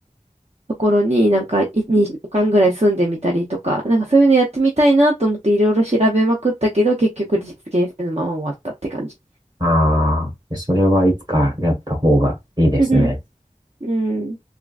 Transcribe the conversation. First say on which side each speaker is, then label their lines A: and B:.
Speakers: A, on the right (about 50°); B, on the right (about 30°).
A: ところになんかい2週間ぐらい住んでみたりとか、なんかそういうのやってみたいなと思っていろいろ調べまくったけど、結局実現性のまま終わったって感じ。
B: ああ、それはいつかやった方がいいですね。
A: うんうん。うん